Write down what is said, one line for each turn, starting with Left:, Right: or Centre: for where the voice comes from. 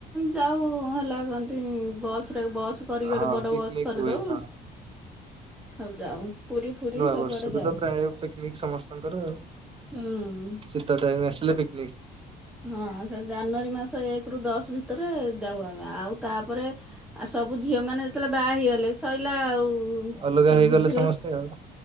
Centre: ଯାଉ ହେଲା କନ୍ତି ବସ୍ରେ ବସ୍ କରିକି ଗଟେ
Right: ହଁ
Centre: ବଡ
Right: ପିକନିକ
Centre: ବସ୍ କରିଦଉ।
Right: ହୁଏ ହଁ।
Centre: ଆଉ ଯାଉ ପୁରୀ ଫୁରି
Right: ନୂଆ
Centre: ସବୁଆଡେ
Right: ବର୍ଷକୁ
Centre: ଯାଉ।
Right: ତ ପ୍ରାୟ ପିକନିକ ସମସ୍ତଙ୍କର ଆଉ।
Centre: ହୁଁ।
Right: ଶୀତ ଟାଇମ ଆସିଲେ ପି
Centre: ହଁ ସେ ଜାନୁଆରୀ ମାସ ଏକ୍ ରୁ ଦଶ୍ ଭିତରେ ଯାଉ ଆମେ ଆଉ ତାପରେ ଆଉ ସବୁ ଝିଅ ମାନେ ଯେତେବେଳେ ବାହା ହେଇଗଲେ ସଇଲା ଆଉ ଉ
Right: ଅଲଗା
Centre: କିଏ
Right: ହେଇଗଲେ
Centre: ବୁଝିବା
Right: ସମସ୍ତେ ଆଉ